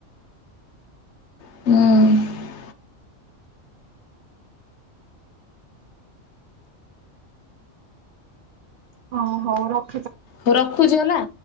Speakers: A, on the left (about 60°); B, on the right (about 65°).
A: ହୁଁ।
B: ହଁ, ହଉ ର
A: ହଉ ରଖୁଛି ହେଲା।